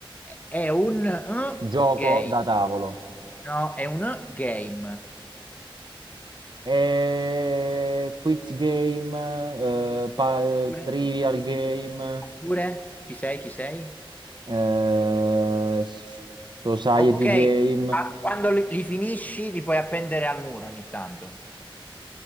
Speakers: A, on the left; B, on the right.
A: È un eh,
B: Gioco
A: game.
B: da tavolo.
A: No, è un eh, game.
B: Eh, quiz game, eh, pa-
A: Oppure...
B: trivial game,
A: Oppure... Ci sei, ci sei?
B: eh, s- society
A: Ok,
B: game,
A: a- quando li, li finisci li puoi appendere al muro ogni tanto.